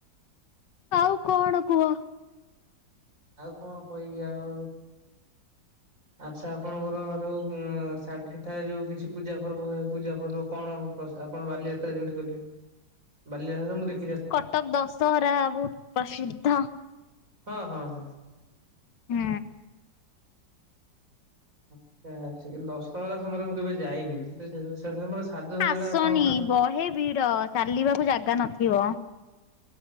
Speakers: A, on the left; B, on the right.
A: ଆଉ କଣ କୁହ?
B: ଆଉ କଣ କହିବି ଆଉ ଆଚ୍ଛା ଆପଣଙ୍କର ଯୋଉ ସେଠାରେ ଯୋଉ କିଛି ପୂଜା ପର୍ବ ହୁଏ ପୂଜା ପର୍ବ କଣ ଆପଣ ବାଲିଯାତ୍ରା ଯେମିତି କଲେ ବାଲିଯାତ୍ରା ମୁଁ ଦେଖି
A: କଟକ ଦଶହରା ବହୁତ୍ ପ୍ରସିଦ୍ଧ।
B: ହଁ ହଁ ହଁ।
A: ହୁଁ।
B: ଆଚ୍ଛା ଆକ୍ଚୁଲି ଦଶହରା ସମୟରେ ମୁଁ କେବେ ଯାଇନି ସେ ସମୟ ସାଜସଜଟା
A: ଆସନି
B: ଆପଣ
A: ବହେ ଭି ଡ଼ ଚାଲିବାକୁ ଜାଗା ନଥିବ।